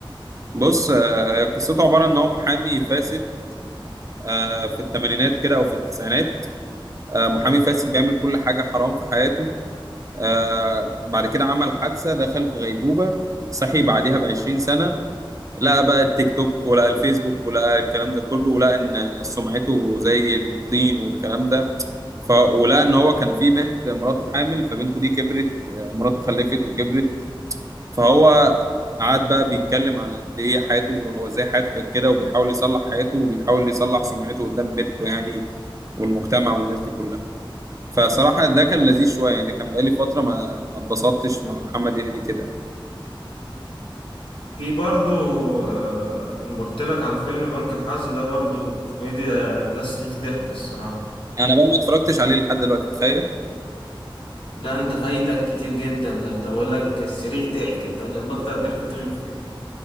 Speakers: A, on the right; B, on the left.
A: بص آه، قصته عباره ان هو محامي فاسد آه، في الثمانينات كده او في التسعينات آه،
B: تمام.
A: محامي فاسد بيعمل كل حاجه حرام في حياته آه، بعد كده عمل حادثه دخل في غيبوبه صحي بعدها ب 20 سنه لقى بقى التيك توك ولقى الفيسبوك ولقى الكلام ده كله ولقى ان سمعته زي الطين والكلام ده ف ولقى ان هو كان في بنت مراته حامل فبنته دي كبرت آه، مراته خلفت وكبرت فهو قعد بقى بيتكلم على قد ايه حياته هو ازاي حياته كانت كده وبيحاول يصلح حياته وبيحاول يصلح سمعته قدام بنته يعني والمجتمع والناس دي كلها فصراحة ده كان لذيذ شوية يعني كان بقالي فترة ما ما اتبسطتش مع محمد هنيدي كده
B: في برضو آه، انا قلت لك على فيلم بنك الحظ ده برضو كوميديا يعني ده صريخ ضحك الصراحه
A: أنا بقى ما اتفرجتش عليه لحد دلوقتي تخيل
B: لا انت فايتك كتير جدا ده انت بقول لك صريخ ضحك انت مش هتبطل ضحك طول الفيلم